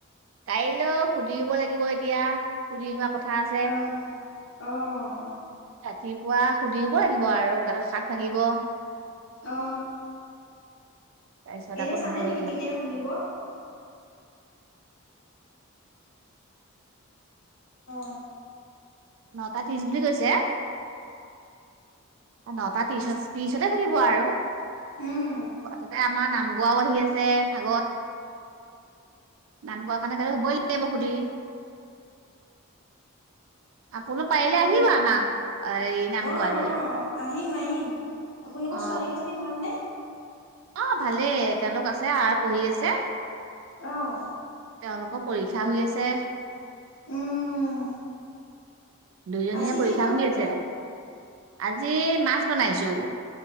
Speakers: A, on the right; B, on the left.
A: কাইলৈও সুধি আহব লাগিব এতিয়া সুধি হোৱা কথা। আছে
B: অ, অ।
A: ৰাতিপুৱা সুধব লাগিব আৰু ক হাত ভাঙিব।
B: অ
A: তাৰপিছত
B: এনে
A: আকৌ
B: জানে
A: নহৰু
B: নেকি কেতিয়া ভাঙিব। অ।
A: নটা ত্ৰিশ বুলি কৈছে নটা ত্ৰিশত। তিছতে থাকিব আৰু
B: উম,
A: তে আমাৰ নামঘৰাও আহি আছে আগত। নাম গোৱাৰ কাৰণে হ'বই লাগিব সুধি আপুনি পাৰিলে
B: আপোন
A: আহিব আনাম এই নাম- নাম
B: অ',
A: গোৱালৈ।
B: অ', আহিম- আহিম আপোনালোকৰ
A: অ
B: ছোৱালীকেইজনী ভালনে?
A: অহ, ভালেই তেওঁলোক আছে আ পঢ়ি আছে।
B: অহ
A: তেওঁলোকৰ পৰীক্ষা হৈ আছে
B: উম
A: দুইজনীয়ে
B: আজি
A: পৰীক্ষা
B: কি বনালে?
A: শুধি আছে আজি মাছ বনাইছো।